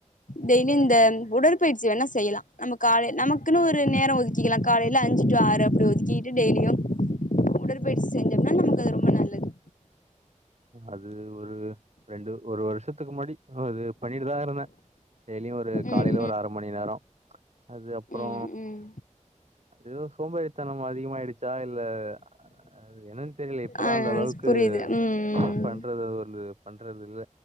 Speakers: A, on the left; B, on the right.
A: டெய்லியு இந்த உடற்பயிற்சி வேணா செய்யலா நம்ம காலை நமக்குன்னு ஒரு நேர ஒதுக்கிக்கலா காலைல அஞ்சு டூ ஆறு அப்டி ஒதுக்கிக்கிட்டு டெய்லியு உடற்பயிற்சி செஞ்சோம்னா நமக்கு அது ரொம்ப நல்லது
B: அது ஒரு ரெண்டு ஒரு வருஷத்துக்கு முன்னடி அது பண்ணிட்டுதா இருந்தே டெய்லியு ஒரு காலைல
A: ம்
B: ஒரு அர மணி நேரோ அது அப்றோ
A: ம் ம் ம்
B: எதோ சோம்பேரித்தனம் அதிகமாயிருச்சா இல்ல அது என்னன் தெர்லயே இப்பல்லா
A: ஆ
B: அந்த அளவுக்கு
A: புரியுது ம்
B: ஃபன் பண்றது <unintelligible> பண்றதில்ல